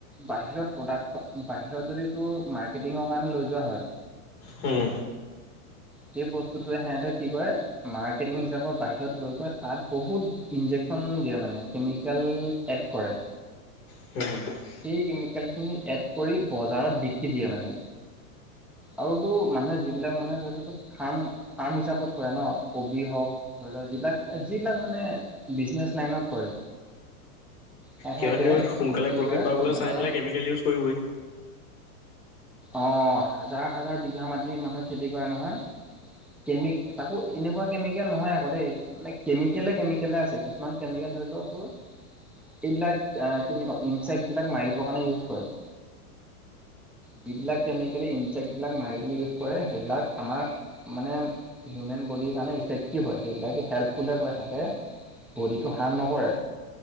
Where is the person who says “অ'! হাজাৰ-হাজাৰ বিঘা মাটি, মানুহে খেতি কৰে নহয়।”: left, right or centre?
Centre